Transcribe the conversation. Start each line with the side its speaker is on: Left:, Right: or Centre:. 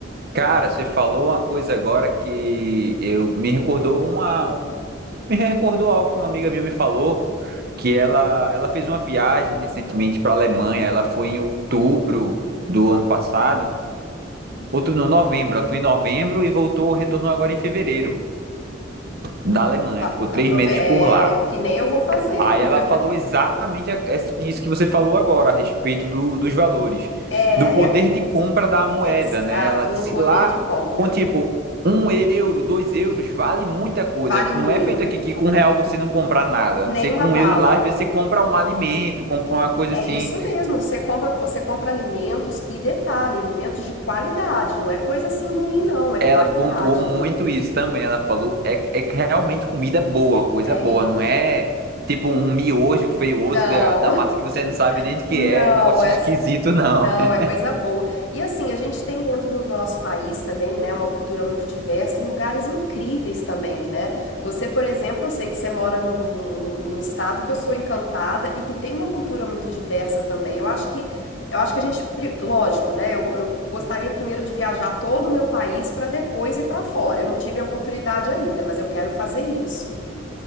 Right: Cara, você falou uma coisa agora que eu me recordou uma, um- me recordou algo que uma amiga minha me falou, que ela, ela fez uma viagem recentemente para a Alemanha. Ela foi em outubro do ano passado, outubro não, novembro. Ela foi em novembro e voltou, retornou agora em fevereiro. da Alemanha,
Left: A-
Right: ficou três
Left: Aprove
Right: meses
Left: é,
Right: por lá.
Left: que nem eu vou fazer.
Right: Aí
Left: <laughs>
Right: ela falou exatamente a- es- isso que você falou agora, a respeito do, dos valores,
Left: É,
Right: do poder de compra da moeda,
Left: Exato,
Right: né? Ela disse
Left: no poder
Right: lá,
Left: de compra.
Right: com tipo, um euro, dois euros, vale muita coisa.
Left: Vale
Right: Não
Left: muito.
Right: é feito aqui que com um real você não compra nada.
Left: Nem
Right: Você
Left: uma
Right: com
Left: bala.
Right: um euro lá, às vezes você compra um alimento, compra uma coisa
Left: É
Right: assim.
Left: isso mesmo. Você compra, você compra alimentos e detalhe, alimentos de qualidade. Não é coisa assim ruim, não. É
Right: ela
Left: qualidade.
Right: pontuou muito isso também. Ela falou, é, é que realmente comida é boa, coisa
Left: É
Right: boa,
Left: isso.
Right: não é tipo um miojo feioso
Left: Não,
Right: da, da massa que você não sabe
Left: <laughs>
Right: nem de que
Left: não.
Right: é, é um negócio
Left: É
Right: esquisito, não.
Left: Não,
Right: <laughs>
Left: é coisa boa. E assim, a gente tem dentro do nosso país também, né, uma cultura muito diversa e lugares incríveis também, né? Você, por exemplo, eu sei que você mora num, num- num- num estado que eu sou encantada e que tem uma cultura muito diversa também. Eu acho que, eu acho que a gente, pri- lógico, né? Eu, go- eu gostaria primeiro de viajar todo o meu país para depois ir para fora. Eu não tive a oportunidade ainda, mas eu quero fazer isso.